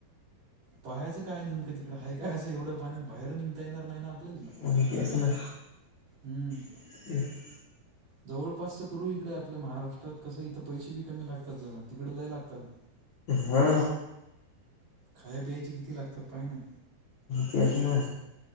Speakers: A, on the right (about 45°); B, on the left (about 60°).
A: पाहायचं काय नेमकं तिकंड हाय काय असं एवढं पाण्यात बाहेर निंघता येणार नाही ना आपल्याले?
B: आणि तेच ना
A: हम्म
B: <inaudible> तेच
A: जवळपासच करू इकडं आपल्या महाराष्ट्रात कसं इथं पैसे बी कमी लागतात जरा तिकडं लय लागतात
B: हा
A: खाया पियाचे किती लागतात पाहे ना?
B: तेच ना